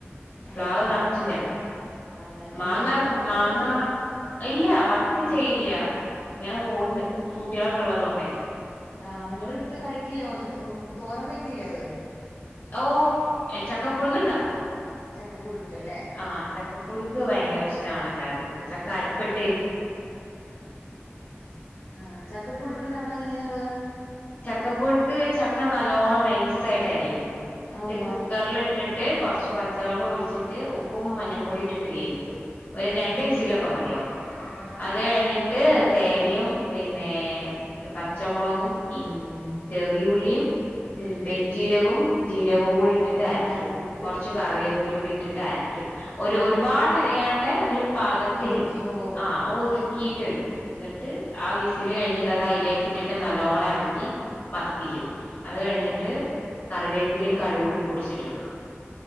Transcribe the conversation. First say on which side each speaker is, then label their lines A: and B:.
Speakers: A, on the left; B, on the left.
A: ആഹ്
B: പ്ലാവ് നിറച്ചും ചക്ക
A: അതെ
B: മാങ്ങ
A: എന്താ ചെയ്യണ വർക്കൊക്കെ
B: മാങ്ങ
A: ചെയ്യോ
B: ഇല്ല വർക്ക് ചെയ്യില്ല ഇങ്ങനെ പോണ്ട് കുട്ടികളൊക്കെ ഉള്ളതുകൊണ്ടേ
A: ആ നിങ്ങളെടുത്ത് കഴിക്കില്ലേ തോരം വക്കില്ലേ അത്
B: ഓ ചക്കപ്പുഴക്ണ്ടാക്കും
A: ചക്കപ്പുഴുക്കല്ലേ
B: ആഹ് ചക്കപ്പുഴുക്ക് ഭയങ്കര ഇഷ്ടമാണ് എല്ലാവർക്കും ചക്ക അരപ്പെട്ട്
A: ആ ചക്ക പുുഴുക്ക് ഉണ്ടാക്കണം എങ്ങനെയാ നിങ്ങള്
B: ചക്കപ്പുഴുക്ക് ചക്ക നല്ലോണ്ണം നൈസായിട്ട് അരിയും മറ്റേ
A: ആ ഉവ്വ
B: കുക്കറില ഇട്ട് ട്ട് കുറച്ച് പച്ചവെളം ഒഴിച്ചിട്ട് ഉപ്പും മഞ്ഞൾപ്പൊടും ഇട്ടിട്ട് വേവിക്കും ഒരു
A: ആ
B: രണ്ട് വിസിലൊക്കെ മതിയാവും
A: ഓക്കെ
B: അത് കഴിഞ്ഞിട്ട് തേങ്ങയും പിന്നെ പച്ചമുളകും പി ചെറിയുള്ളിയും
A: ഉം
B: പെരിജീരകവും ജീരകവും കൂടി ഇട്ടിട്ട് ആരക്കും
A: എല്ലാം കൂടി ഇട്ട്
B: കുറച്ച് കറിവേപ്പില
A: ആ
B: കൂടി ഇട്ടിട്ട് ആരക്കും ഒരു ഒരുപാട് അരയാണ്ട ഒരു പാകത്തിന്
A: ഒതുക്കി ഉവ്വ ഉവ്വ
B: ആ
A: ഉവ്വ
B: ഒതു കീറ്റെട് എന്നിട്ട് ആ വിസിൽ കഴിഞ്ഞിട്ട് അത്തത അതിലേക്ക് ഇട്ടിട്ട് നല്ലോണ ഇള ഈ പതിപ്പിക്കും അത് കഴിഞ്ഞിട്ട്
A: ആ
B: കറിവേ- പ്പിലും കടുകൂടി പൊട്ടിച്ചിട്ടിട